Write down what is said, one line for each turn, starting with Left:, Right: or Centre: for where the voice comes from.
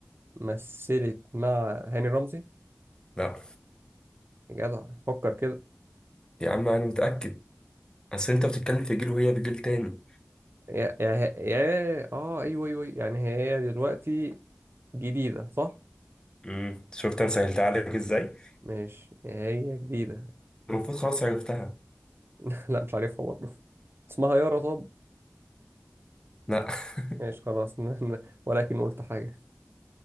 Right: مثلت مع هاني رمزي
Left: لا
Right: يا جدع فكر كده
Left: يا عم انا متأكد اصل انت بتتكلم في جيل وهي في جيل تاني
Right: يا يا يا اه ايوه ايوه أيوة. يعني هي دلوقتي جديده صح
Left: امم شفت انا سهلتها عليك ازاي
Right: مش هي جديده
Left: المفروض خلاص عرفتها
Right: <laughs> لا مش عارفها برضه اسمها يارا طب
Left: لا <laughs>
Right: ماشي خلاص <laughs> ولكن قلت حاجه